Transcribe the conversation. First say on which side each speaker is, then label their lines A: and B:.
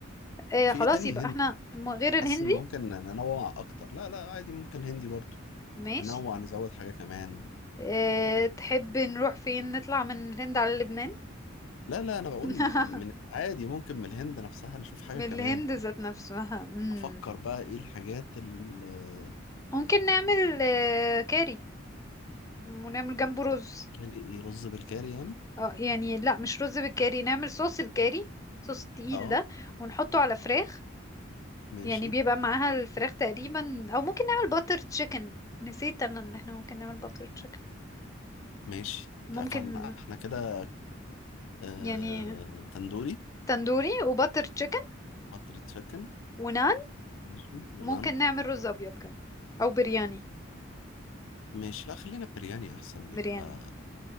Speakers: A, on the left; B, on the left.
A: آه
B: طب في
A: خلاص
B: ايه تاني
A: يبقى
B: هندي
A: احنا م- غير الهندي
B: حاسس ان ممكن ننوع اكتر لا لا عادي ممكن هندي برضو
A: ماشي
B: ننوع نزود حاجة كمان
A: آه تحب نروح فين نطلع من الهند على لبنان
B: لا لا انا بقول
A: <laughs>
B: من عادي ممكن من الهند نفسها نشوف حاجة
A: من
B: كمان
A: الهند ذات نفسها مم.
B: بفكر بقى ايه الحاجات الكاري
A: ممكن نعمل آه كاري ونعمل جنبه رز
B: ايه رز بالكاري يعني
A: اه يعني لا مش رز بالكاري نعمل صوص الكاري صوص التقيل
B: اه
A: ده ونحطه على فراخ
B: ماشي
A: يعني بيبقى معاها الفراخ تقريبا او ممكن نعمل باتر تشيكن نسيت انا ان احنا ممكن نعمل باتر تشيكن
B: ماشي
A: ممكن
B: فاحنا احنا كده آه...
A: يعني
B: تندوري
A: تندوري وباتر تشيكن
B: قطر تشيكن
A: ونعم
B: ماشي يونان
A: ممكن نعمل رز ابيض جنبه او برياني
B: ماشي لا خلينا برياني احسن بيبقى
A: برياني